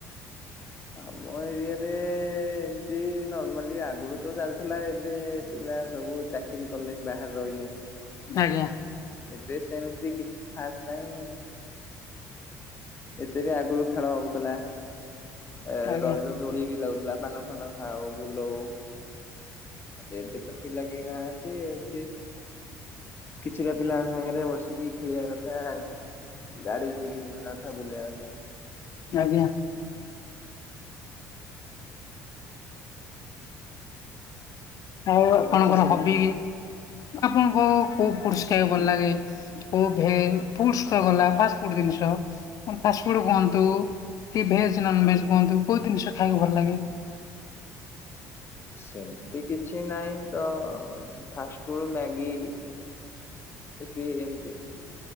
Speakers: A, on the left; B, on the left.
A: ହଁ। ଆମ ଏରିଆରେ ଏ ଏମିତି ନର୍ମାଲି ଆଗରୁ ତ ଚାଲିଥିଲା ଏବେ ପିଲା ସବୁ ଚାକି ଚାକିରୀ କଲେଇଁ ବାହାରେ ରହିଲେଇଁ।
B: ଆଜ୍ଞା।
A: ଏବେ ସେମିତି କିଛି ଖାସ ନାହିଁ, ଏ ବି ଆଗୁରୁ ଖେଳ ହଉଥିଲା, ଏ
B: ଆଜ୍ଞା।
A: ରଜ ଦୋଳି ବି ଲାଗୁଥିଲା, ପାନ ଫାନ ଖାଉ, ବୁଲଉଁ। ଏବେ ତ ପିଲା କେହିନାହାଁନ୍ତି, ଏମତି କିଛିଟା ପିଲାଙ୍କ ସାଙ୍ଗରେ ବସିକି ଖେଳିବା କଥା, ଗାଡି ଧରିକି ଯିବା କଥା, ବୁଲିବା କଥା।
B: ଆଜ୍ଞା। ଆଉ ଆପଣଙ୍କର
A: କିଛି ସେମିତି
B: ହବି, ଆପଣଙ୍କୁ କୋଉ ଫୁଡସ୍ ଖାଇବାକୁ ଭଲ ଲାଗେ? ସବୁ ଭେଜ୍ ଫୁଡସ୍ ତ ଗଲା ଫାଷ୍ଟ୍ ଫୁଡ୍ ଜିନିଷ, ଫାଷ୍ଟଫୁଡ୍ କୁହନ୍ତୁ କି ଭେଜ୍, ନନ୍ ଭେଜ୍ କୁହନ୍ତୁ କୋଉ ଜିନିଷ ଖାଇବାକୁ ଭଲ ଲାଗେ?
A: ସେମିତି କିଛି ନାହିଁ ତ ଫାଷ୍ଟଫୁଡ୍, ମ୍ୟାଗି ଇପୀ, ଏମତି